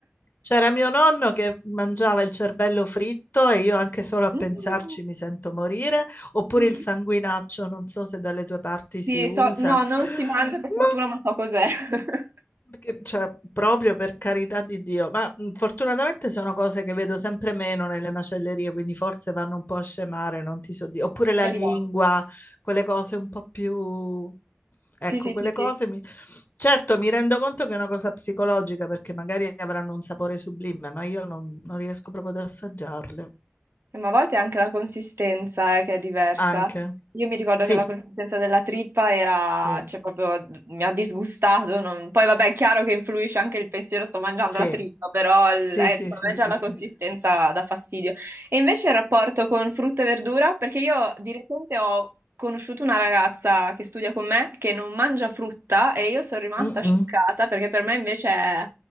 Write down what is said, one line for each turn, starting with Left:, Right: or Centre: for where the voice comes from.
Left: C'era mio nonno che mangiava il cervello fritto e io anche solo a
Right: <laughs>
Left: pensarci mi sento morire, oppure
Right: Mm.
Left: il sanguinaccio, non so se dalle tue parti si
Right: Sì,
Left: usa.
Right: so- no, non
Left: Ma
Right: si mangia per fortuna, ma so cos'è. <laughs>
Left: che- cioè, proprio per carità di Dio, ma mh, fortunatamente sono cose che vedo sempre meno nelle macellerie, quindi forse vanno un po' a scemare, non ti so dire. Oppure la
Right: Speriamo.
Left: lingua, quelle cose un po' più... Ecco,
Right: Sì, sì,
Left: quelle
Right: sì, sì.
Left: cose mi... Certo, mi rendo conto che è una cosa psicologica perché magari avranno un sapore sublime, ma io non, non riesco proprio ad assaggiarle.
Right: Eh, Ma a volte anche la consistenza, eh, che è diversa.
Left: Anche.
Right: Io mi ricordo
Left: Sì,
Right: che la consistenza della trippa era,
Left: sì,
Right: cioè, proprio mi ha disgustato. non- Poi, vabbè, è chiaro che influisce anche il pensiero, sto mangiando
Left: sì,
Right: la trippa, però il-
Left: sì,
Right: eh,
Left: sì,
Right: per
Left: sì,
Right: me
Left: sì,
Right: già la
Left: sì.
Right: consistenza
Left: sì.
Right: dà fastidio. E invece il rapporto con frutta e verdura, perché io di recente ho conosciuto una ragazza che studia con me che non mangia frutta e io sono rimasta
Left: Mm-mm.
Right: scioccata perché per me invece è